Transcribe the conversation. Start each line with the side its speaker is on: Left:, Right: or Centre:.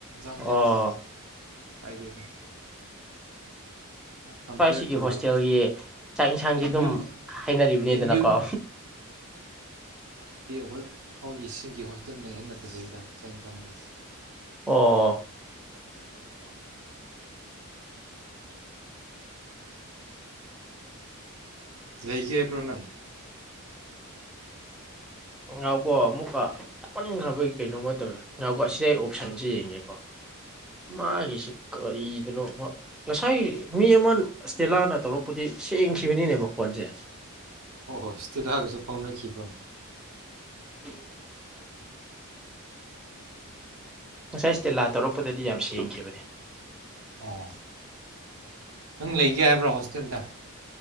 Right: ꯍꯟꯗ꯭ꯔꯦꯠ
Centre: ꯑꯣ
Right: <unintelligible> ꯑꯗꯨꯝ ꯀꯥꯏꯗꯦꯗ ꯀꯝꯄꯤꯌꯔ
Centre: ꯁ꯭ꯋꯥꯏꯁꯤꯒꯤ
Right: ꯇꯨ
Centre: ꯍꯣꯁꯇꯦꯜꯒꯤ ꯆꯥꯛ ꯏꯟꯁꯥꯡꯒꯤ
Right: ꯑꯦꯝ
Centre: ꯑꯗꯨꯝ
Right: ꯌꯨꯒꯤ
Centre: ꯍꯥꯏꯅꯔꯤꯕꯅꯤꯗꯅꯀꯣ
Right: ꯑꯦꯝ ꯌꯨ <unintelligible> ꯑꯈꯣꯏꯒꯤꯁꯤꯡꯒꯤ ꯍꯣꯁꯇꯦꯜꯅ ꯍꯦꯟꯅ ꯐꯖꯩꯗ ꯆꯥꯛ ꯏꯟꯁꯥꯡꯗꯦ
Centre: ꯑꯣ
Right: ꯂꯩꯀꯦ ꯍꯥꯏꯄꯔꯣ ꯅꯪ
Centre: ꯉꯥꯎꯀꯣ ꯑꯃꯨꯛꯀ ꯄꯟꯈ꯭ꯔꯕꯒꯤ ꯀꯩꯅꯣꯝꯃ ꯇꯧꯋꯦ ꯉꯥꯎꯀꯣ ꯑꯁꯤꯗꯩ ꯑꯣꯞꯁꯟꯁꯤ ꯌꯦꯡꯉꯦꯀꯣ ꯃꯥꯒꯤꯁꯤ ꯀꯔꯤꯗꯅꯣ ꯉꯁꯥꯏ ꯃꯤ ꯑꯃ ꯏꯁꯇꯦꯂꯥꯅ ꯇꯧꯔꯛꯄꯗꯤ ꯁꯦꯡꯈꯤꯕꯅꯤꯅꯦ ꯃꯈꯣꯟꯁꯦ
Right: ꯑꯣ ꯁꯇꯤꯅꯒꯁꯨ ꯐꯥꯎꯅꯈꯤꯕꯣ
Centre: <inaudible> ꯉꯁꯥꯏ ꯏꯁꯇꯦꯂꯥ ꯇꯧꯔꯛꯄꯗꯗꯤ ꯌꯥꯝ ꯁꯦꯡꯈꯤꯕꯅꯦ
Right: ꯑꯣ ꯅꯪ ꯂꯩꯒꯦ ꯍꯥꯏꯕ꯭ꯔꯣ ꯍꯣꯁꯇꯦꯜꯗ